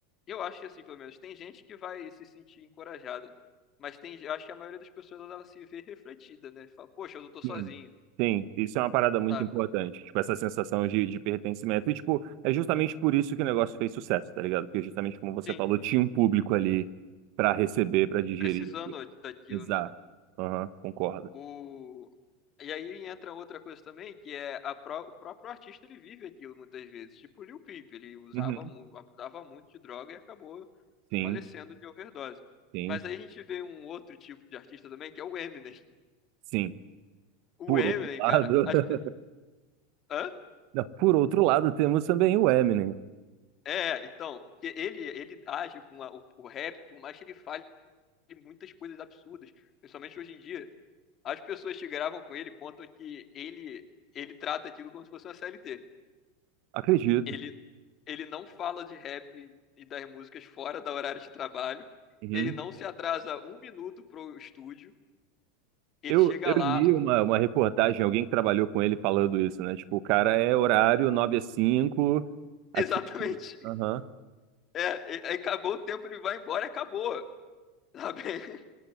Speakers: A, on the left; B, on the right.
A: eu acho que assim, pelo menos tem gente que vai se sentir encorajada, mas tem, eu acho que a maioria das pessoas ela se vê refletida, né? Fala, poxa, eu não tô sozinho,
B: Sim, sim. Isso é uma parada muito
A: sabe?
B: importante. Tipo, essa sensação de, de pertencimento. E, tipo, é justamente por isso que o negócio fez sucesso, tá ligado? Porque justamente como você
A: Sim,
B: falou, tinha um público ali pra receber, pra digerir.
A: precisando daquilo,
B: Exato.
A: né?
B: Aham, concordo.
A: O... E aí entra outra coisa também, que é a pró- o próprio artista ele vive aquilo muitas vezes. Tipo o Lil Peep, ele usava
B: Uhum.
A: muito, abusava muito de droga e acabou
B: Sim,
A: falecendo de overdose.
B: sim,
A: Mas aí a gente vê um outro tipo de artista também, que é o Eminem. <laughs>
B: sim.
A: O
B: Por
A: Eminem,
B: outro lado,
A: cara, as...
B: <laughs>
A: pe- hã?
B: Não, por outro lado, temos também o Eminem.
A: É, então, que ele ele age com a- o, o rap, por mais que ele fale muitas coisas absurdas, principalmente hoje em dia, as pessoas que gravam com ele contam que ele ele trata aquilo como se fosse uma CLT.
B: Acredito.
A: Ele, ele não fala de rap e das músicas fora da horário de trabalho.
B: Uhum.
A: Ele não se atrasa um minuto pro estúdio. Ele
B: Eu,
A: chega
B: eu
A: lá,
B: li uma, uma reportagem, alguém que trabalhou com ele falando isso, né? Tipo, o cara é horário 9 a 5 aqui.
A: <laughs> exatamente.
B: Aham.
A: É, é, é, acabou o tempo, ele vai embora e acabou. Sabe? <laughs>